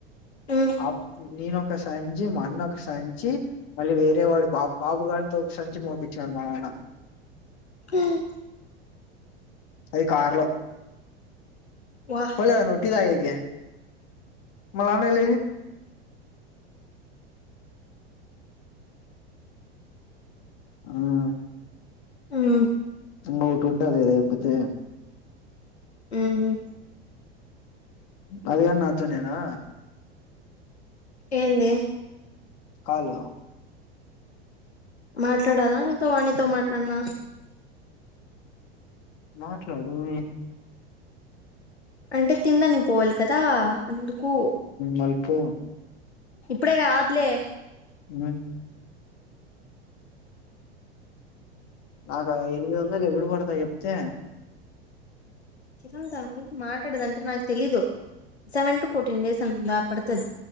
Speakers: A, on the left (about 80°); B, on the left (about 45°).
A: ఉమ్
B: అప్ నేనొకసంచి మోన్నొకసంచి మళ్ళీ వేరే వాడు బాబ బాబు గారితో ఒక సంచి మోపించాడు మా ఆయన
A: యాహ్
B: అది కార్లో
A: వా
B: పోలేగా నువ్వు టీ తాగేకి. మలానలీ. ఉమ్.
A: ఉమ్
B: ఇంగొటి ఉంటది లేపోతే
A: ఉహు
B: అదిగాన్ నాతోనేనా
A: ఏంది
B: కార్లో.
A: మాట్లాడలా నీతో వానితో మాట్లాడనా.
B: మాట్లాడునీ.
A: అంటే తిన్నడానికి పోవాలి కదా అందుకు.
B: మళ్ళీ పో.
A: ఇప్పుడే గాద్లే.
B: ఉమ్. నాకా ఎనిమిది వందలు ఎప్పుడు పడుతయొ జేప్తే.
A: చిచన్ తాన గురించి మాట్లాడదంటే నాకు తెలీదు సెవెన్ టు ఫోర్టీన్ డేస్ అంతా పడుతది.